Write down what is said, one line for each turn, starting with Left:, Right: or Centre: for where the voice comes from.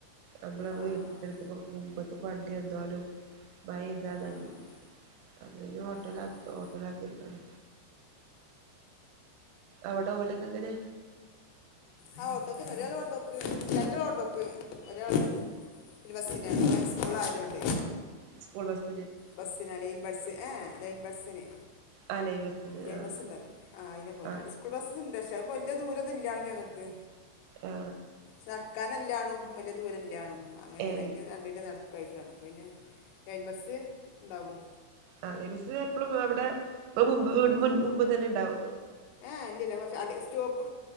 Right: നമ്മളെ
Left: ആഹ്
Right: വീട്ൻ്റെ എട്ത്ത്ക്കും മുമ്പത്ത്ക്കും വ എന്നാലും മയ പെയ്താ നനിം.
Left: ആഹ് ആഹ്
Right: അത് <unintelligible> ഓട്ടോലാ
Left: ആഹ് ആഹ്
Right: ഓട്ടോലാക്കിയേക്കാണ്. അവിടെ ഓലക്കെങ്ങനെ?
Left: ആ ഓട്ടോക്കന്നെ. ഒരാൾ ഓട്ടോക്ക് രണ്ടാള് ഓട്ടോക്ക്. ഒരാള് സ്കൂൾ ബസ്സിനാണ്. ഹൈസ്കൂൾ ആയതോണ്ടേ.
Right: സ്കൂൾ ബസ്
Left: ബസ്സിനാ ലൈൻ ലൈൻ ബസ് ഏ ലൈൻ ബസിന്
Right: ആ ലൈൻ ബസ്സിന്
Left: ലൈൻ
Right: ആ
Left: ബസ്ണ്ട് ആ അയിനാ പോവല്
Right: ആ
Left: അടെ സ്കൂൾ ബസ് ക്ഷെ അതിപ്പം വല്യ ദൂരൊന്നും ഇല്ല ഞങ്ങക്ക്
Right: ആ
Left: സർക്കാ ല്ലാണും വലിയ ദൂരല്ലാണും അങ്ങനെയാണ്
Right: ഏ
Left: അതിന്റെ രണ്ടിന്റെ നടു കൈറ്റാണ് അപ്പ പിന്നെ ലൈൻ ബസ്സ് ണ്ടാകും
Right: ആ <unintelligible> എപ്പളും അവിടെ <unintelligible> മുമ്പ് തന്നെ ഇണ്ടാവും
Left: ഏ ഇല്ലല്ല കൊറച്ച് അധി സ്റ്റോപ്പ്